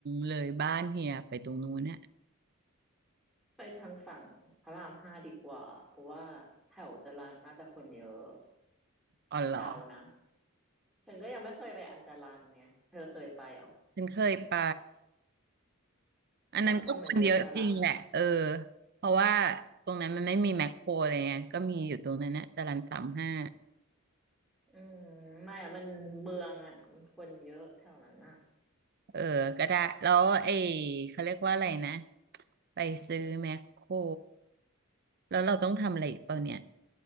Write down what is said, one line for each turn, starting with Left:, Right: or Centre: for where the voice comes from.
Right: เลยบ้านเฮียไปตรงนู้นน่ะ
Centre: ไปทางฝั่งพระรามห้าดีกว่า เพราะว่าแถวจรัญน่าจะคนเยอะ
Right: อ๋อเหรอ
Centre: เดานะฉันก็ยังไม่เคยไปอันจรัญเนี่ยเธอเคยไปเหรอ
Right: ฉันเคยไป อันนั้นก็คนเยอะจริงแหละเออ
Centre: แล้วคนมันเยอะปะล่ะ
Right: เพราะว่าตรงนั้นมันไม่มีแมคโครอะไรเงี้ยก็มีอยู่ตรงนั้นนะจรัญสามห้า
Centre: อืมไม่อะมันเมืองอะมันคนเยอะแถวนั้นอะ
Right: เออก็ได้แล้วไอ้เขาเรียกว่าอะไรนะไปซื้อแมคโครแล้วเราต้องทำอะไรอีกเปล่าเนี่ย